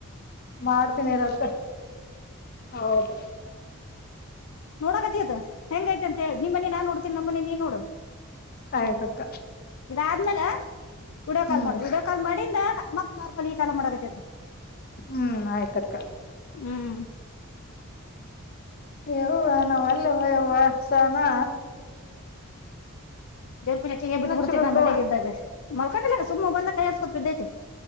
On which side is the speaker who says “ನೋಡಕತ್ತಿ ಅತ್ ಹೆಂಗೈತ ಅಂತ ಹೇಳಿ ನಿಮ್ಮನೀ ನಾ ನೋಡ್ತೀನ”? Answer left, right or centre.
Left